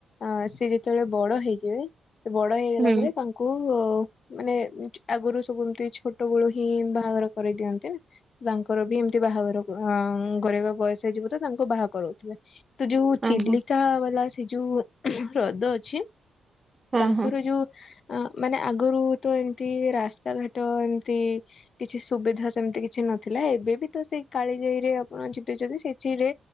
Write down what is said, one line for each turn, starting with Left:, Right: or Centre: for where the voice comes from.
Left: ଆଁ ସିଏ ଯେତେବେଳେ ବଡ ହେଇଯିବେ ସେ ବଡ ହେଇଗଲା
Right: ହୁଁ
Left: ପରେ ତାଙ୍କ୍ ଙ୍କୁ ମାନେ ଆଗରୁ ସବୁ ଏମିତି ଛୋଟ ବେଳୁ ହିଁ ବାହାଘର କରେଇଦିଅନ୍ତ। ତାଙ୍କର ବି ଏମିତି ବାହାଘର ଅଁ କରେଇବା ବୟସ ହେଇଚି ବୋଧେ ତାଙ୍କୁ ବାହା କରଉଥିଲେ। ତ ଯୋଉ
Right: ହଁ
Left: ଚିଲିକା
Right: ହଁ
Left: ବାଲା ସେ ଯୋଉ ହ୍ରଦ ଅଛି।
Right: ହଁ
Left: ତାଙ୍କର
Right: ହଁ
Left: ଯୋଉ ଅଁ ମାନେ ଆଗରୁ ତ ଏମିତି ରାସ୍ତାଘାଟ ଏମିତି କିଛି ସୁବିଧା ସେମିତି କି କିଛି ନଥିଲା ଏବେ ବି ତ ସେଇ କାଳିଜାଇରେ ଆପଣ ଯିବେ ଯଦି ସେଥିରେ